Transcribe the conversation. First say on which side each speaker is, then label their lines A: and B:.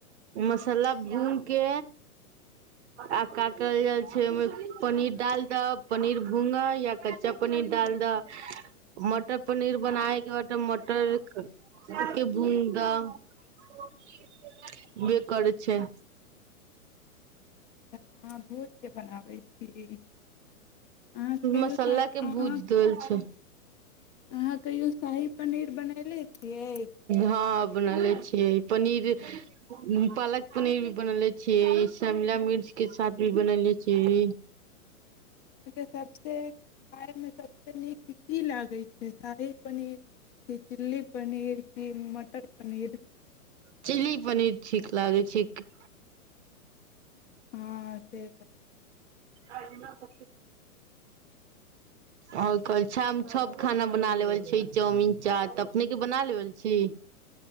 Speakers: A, on the right (about 50°); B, on the left (about 35°).
A: मसाला भूस के आ का कल जाइ छै ओहिमे पनीर डाल दह पनीर भूंगह या कच्चा पनीर डाल दह मटर पनीर बनाबयके बाद मटर के भूंग द करै छै
B: अहाँ भोजके बनाबै छी अहाँ कहियो
A: मसाला
B: सा-
A: के
B: अहाँ
A: भूज देल छै
B: अहाँ कहियो शाही पनीर बनैले छियै
A: हँ बनले छियै पनीर पालक पनीर भी बनले छियै शिमला मिर्च के साथ भी बनले छियै
B: सबसँ खाायमे सबसँ नीक की लागै छै शाही पनीर चिलली पनीर की मटर पनीर
A: ची पनीर ठीक लागै छैठीक
B: हँ से
A: अच आओर कह छै हम सभ खाना बना लेबल छी चाउमिन चाट तऽ अपनेके बना लेबल छी